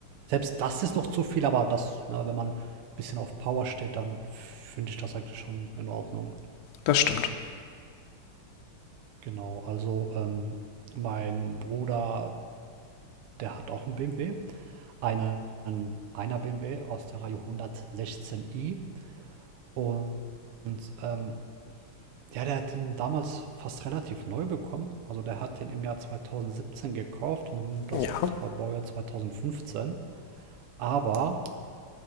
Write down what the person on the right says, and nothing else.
selbst das ist noch zu viel, aber das, ne, wenn man ein bisschen auf Power steht, dann finde ich das eigentlich schon in Ordnung.
Genau, also ähm, mein Bruder, der hat auch einen BMW. Einen, einer BMW aus der Reihe 116i. Und, und ähm, ja, der hat den damals fast relativ neu bekommen. Also der hat den im Jahr 2017 gekauft und das
Auto war Baujahr 2015. Aber